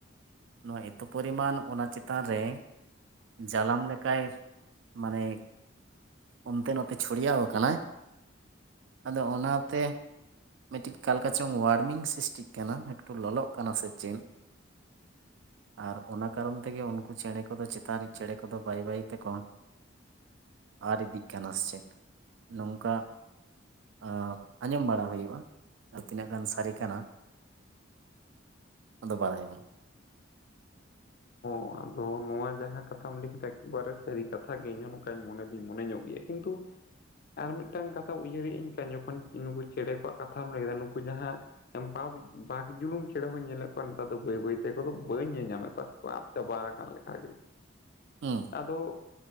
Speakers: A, on the right (about 65°); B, on the left (about 50°).
A: ᱱᱚᱣᱟ ᱮᱛᱚ ᱯᱚᱨᱤᱢᱟᱱ ᱚᱱᱟ ᱪᱮᱛᱟᱱ ᱨᱮ ᱡᱟᱞᱟᱢ ᱞᱮᱠᱟᱭ ᱢᱟᱱᱮ ᱚᱱᱛᱮ ᱱᱚᱛᱮ ᱪᱷᱩᱲᱭᱟᱹᱣᱟᱠᱟᱱᱟᱭ, ᱟᱫᱚ ᱚᱱᱟᱛᱮ ᱢᱤᱫᱴᱤᱡ ᱠᱟᱞᱠᱟ ᱪᱚᱝ ᱚᱣᱟᱨᱢᱤᱝ ᱥᱤᱥᱴᱤᱜ ᱠᱟᱱᱟ ᱮᱠᱴᱩ ᱞᱚᱞᱚᱜ ᱠᱟᱱᱟ ᱥᱮ ᱪᱮᱱ? <inaudible> ᱟᱨ ᱚᱱᱟ ᱠᱟᱨᱚᱱ ᱛᱮᱜᱮ ᱩᱱᱠᱩ ᱪᱮᱸᱬᱮ ᱠᱚᱫᱚ ᱪᱮᱛᱟᱱ ᱨᱤ ᱪᱮᱸᱬᱮ ᱠᱚᱫᱚ ᱵᱟᱹᱭ ᱵᱟᱹᱭ ᱛᱮᱠᱚ ᱟᱨ ᱤᱫᱤᱜ ᱠᱟᱱᱟ ᱥᱮ ᱪᱮᱫ ᱱᱚᱝᱠᱟ ᱟᱸ ᱟᱸᱡᱚᱢ ᱵᱟᱲᱟ ᱦᱩᱭᱩᱜ ᱠᱚᱜ-ᱟ, ᱟᱨ ᱛᱤᱱᱟᱹᱜ ᱜᱟᱱ ᱥᱟᱨᱤ ᱠᱟᱱᱟ ᱟᱫᱚ ᱵᱟᱲᱟᱭ ᱵᱟᱝ᱾
B: ᱚᱱᱟᱫᱚ ᱱᱚᱣᱟ ᱡᱟᱦᱟᱸ ᱠᱟᱛᱷᱟᱢ ᱞᱟᱹᱭ ᱠᱮᱫᱟ ᱮᱠᱵᱟᱨᱮ ᱥᱟᱹᱨᱤ ᱠᱟᱛᱷᱟ ᱜᱮ ᱤᱧ ᱦᱚᱸ ᱱᱚᱝᱠᱟᱧ ᱢᱚᱱᱮ ᱫᱩᱧ ᱢᱚᱱᱮ ᱧᱚᱜ ᱜᱮᱭᱟ ᱠᱤᱱᱛᱩ ᱟᱨ ᱢᱤᱫᱴᱟᱝ ᱠᱟᱛᱷᱟ ᱩᱭᱦᱟᱹᱨ ᱦᱮᱡ ᱟᱹᱧ ᱠᱟᱱ ᱡᱚᱠᱷᱚᱱ ᱱᱩᱠᱩ ᱪᱮᱸᱬᱮ ᱠᱚᱣᱟᱜ ᱠᱟᱛᱷᱟᱢ ᱞᱟᱹᱭ ᱠᱮᱫᱟ ᱱᱩᱠᱩ ᱡᱟᱦᱟᱸ ᱵᱟ ᱵᱟᱜᱽ ᱡᱩᱞᱩᱝ ᱪᱮᱸᱬᱮ ᱦᱚᱸᱧ ᱧᱮᱞᱮᱫ ᱠᱚᱣᱟ ᱱᱮᱛᱟᱨ ᱫᱚ ᱵᱟᱹᱭ ᱵᱟᱹᱭ ᱛᱮᱠᱚ, ᱫᱚ ᱵᱟᱹᱧ ᱧᱮᱞ ᱧᱟᱢᱮᱫ ᱠᱚᱣᱟ ᱥᱮᱠᱚᱣᱟ᱾ ᱪᱟᱵᱟ ᱟᱠᱟᱱ ᱞᱮᱠᱟᱜᱮ᱾
A: ᱦᱩᱸ᱾
B: ᱟᱫᱚ